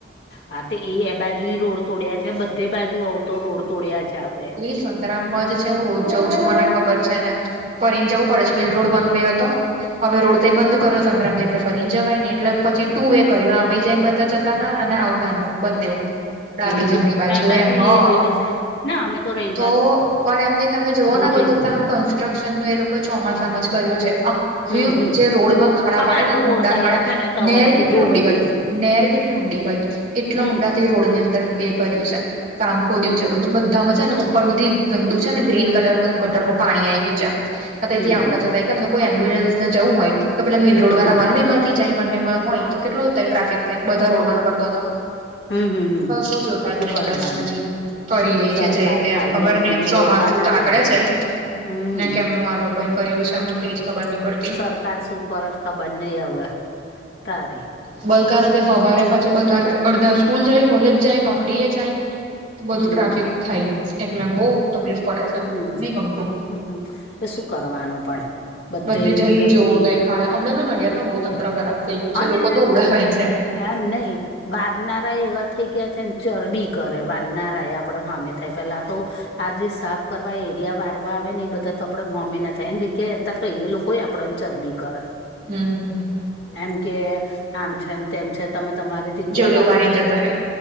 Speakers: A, on the left; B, on the right.
A: હા તો એ એ બાજુ રોડ તોડયા છે બધે બાજુ આવ તો રોડ તોડયા છે આપડે
B: સંતરાામમાં જ છે હું રોજ જઉં છું મને ખબર છે ને ફરીને જવું પડે જ મિલ રોડ બનવ હતો. હવે રોડતાઈ બંધ કર સંતરામ એટલે ફરીને જવાય ને એટલે પછી ટુ વે કર્યો આમાં જઈને બધા જતા અને આવતા ના બંને એવું ડાબી
A: એવું
B: જમણી બાજુ
A: આ
B: એમ
A: એ
B: હો-
A: એવી ના અમે તો રહીએ
B: તો પણ એમને તમે જોઓ ના
A: જઈએ
B: બધું કામ કન્સ્ટ્રક્શનનુંું એ લોકોએ ચોમાસામાં જ કર્યું છે. આખી
A: હમ હમ
B: જે રોડ
A: હમ
B: માં ખાડા
A: હવે
B: પડેલા
A: આ તો
B: ને
A: રોડ
B: ઊંડા
A: કર્યા
B: ખાડા
A: છે ને તો
B: નેર
A: હવે બધું
B: કેટલી
A: ધોવાઈ
B: ઊંડી હોય
A: જશે
B: નેર કેટલી ઊંડી ભાઈ એટલા
A: હમ
B: ઊંડા રોડ ની અંદર એ કર્યું છે કામ ખોદ્યું છે બધુંધ છે ને ઉપર સુધી ગંદુ છે ને ગ્રીન કલર નું ગટરનુંું પાણી આવી ગયું છે
A: હમ
B: એથી આવતા
A: હમ
B: જતા એમને કોઈ એમ્્યુલન્સને જવું હોય તો પેલા મિલ
A: હમ
B: રડ દરાન
A: હમ હમ
B: થી જાય બન હોય તો કેટલોાય ટ્રાફિક થાય બધા રોડ બંધ કરતા હતા
A: હમ હમ હમ
B: બ શું જોતા
A: શું
B: જ નહીં
A: કરવાનું
B: બસ ખાલી કરી દે
A: સરકાર
B: છે જઈ તે
A: ખાલી
B: એમ ખબર
A: એમને
B: નહ
A: એમ
B: ચોમાસું
A: રોડ બનાવે
B: તો આકળે છે.
A: હમ
B: ને કેમનું આ લોકો એ કર્યું છે
A: હમ
B: મને એજ ખબર નહી પડતી
A: સરકાર શું કરત ખબર નહી હવે તારી
B: બલકારણ કે હવારે પાછ બધાને અડધા સ્કૂલ જાય કોલેજ જાય નોકરી એ જાય બધું
A: હમ
B: ટ્રાફિક થાય એકલા બઉ તકલીફ પડે છે
A: હમ
B: નહી ગમતુ
A: હમ હમ એ શું કરવાનું પણ
B: બધે
A: એવી
B: જઈ
A: ગંદકી
B: જવો તો એ ખાડાે હમણાં ન નડિયાદ ન બહુ તંત્ર ખરાબ થઈ ગયું છે
A: અને
B: લોકો તો ઉડાવે છે
A: એમ નહ વારનારા એવા થઈ ગયા છેને, ચરબી કરે વારનારા એ આપણ સામે થાય પેલા તો આજે સાફ કરવા એરિયા વારવા આવે ને એ બધા તો આપડા હોમી ના થાય એ જગ્યાએ ત તો એ લોકોઈ આપણાને ચરમીકારત
B: હમ્મ
A: એમ કે આમ છેમ તેમ છે, તમે તમારી જગ્યા
B: જેવ તેવું
A: વારી
B: વારે
A: લો
B: જતા
A: ને
B: રે